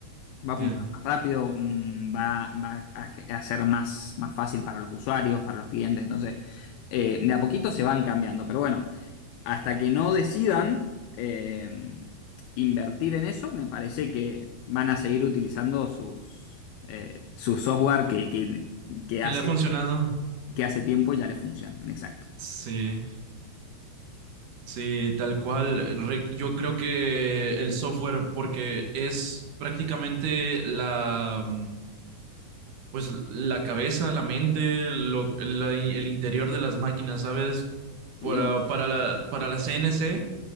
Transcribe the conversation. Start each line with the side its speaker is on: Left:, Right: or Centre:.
Left: Va
Right: Entiendo.
Left: a funcionar más rápido, mm, va, va a, ge- a ser más, más fácil para los usuarios, para los clientes. Entonces, eh, de a poquito se van cambiando. Pero bueno, hasta que no decidan eh, invertir en eso, me parece que van a seguir utilizando sus, eh, su software que, que- que
Right: ¿Qué
Left: hace,
Right: le ha funcionado?
Left: que hace tiempo ya les funciona. Exacto.
Right: Sí. Sí, tal cual. Re- Yo creo que el software, porque es prácticamente la, mm, pues la cabeza, la mente, lo- la- el interior de las máquinas, ¿sabes? Para,
Left: Y
Right: para la, para la CNC,